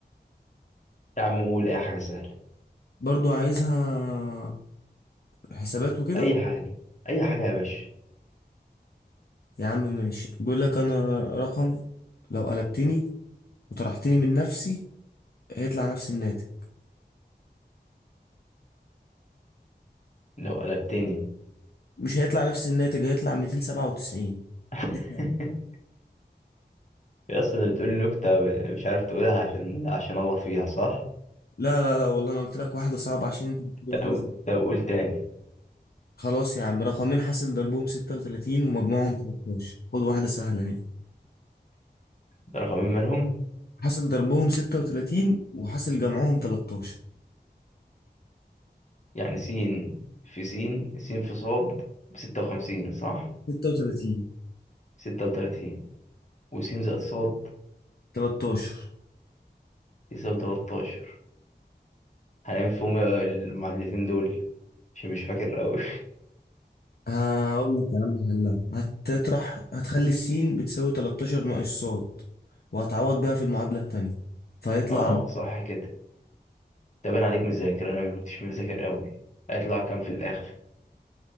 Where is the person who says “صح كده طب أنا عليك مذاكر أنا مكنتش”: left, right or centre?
Left